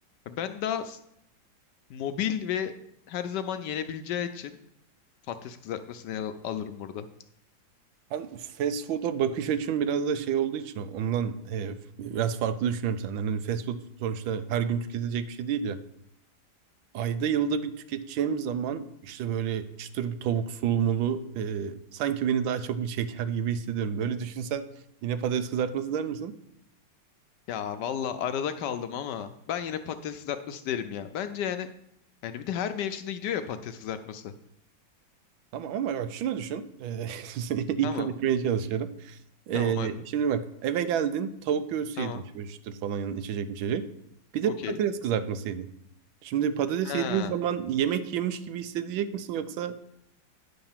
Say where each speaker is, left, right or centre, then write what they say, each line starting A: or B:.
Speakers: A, on the left; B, on the right.
A: Ben daha Mobil ve her zaman yenebileceği için patates kızartmasını al- alırım burada.
B: Ben fast food'a bakış açım biraz da şey olduğu için ondan e, biraz farklı düşünüyorum senden. Hani fast food sonuçta her gün tüketilecek bir şey değil ya. Ayda yılda bir tüketeceğim zaman işte böyle çıtır bir tavuk sulumulu e, sanki beni daha çok bir çeker gibi hissediyorum. Böyle düşünsen yine patates kızartması der misin?
A: Ya valla arada kaldım ama ben yine patates kızartması derim ya. Bence yani yani bir de her mevsimde gidiyor ya patates kızartması.
B: Tamam ama bak şunu düşün. E, <laughs> ikna
A: Tamam.
B: etmeye çalışıyorum. E,
A: Tamam hadi.
B: şimdi bak eve geldin tavuk göğsü
A: Tamam.
B: yedin şöyle çıtır falan yanında içecek mi içecek. Bir de
A: Okey.
B: patates kızartması yedin. Şimdi patates
A: Ha.
B: yediğin zaman yemek yemiş gibi hissedecek misin yoksa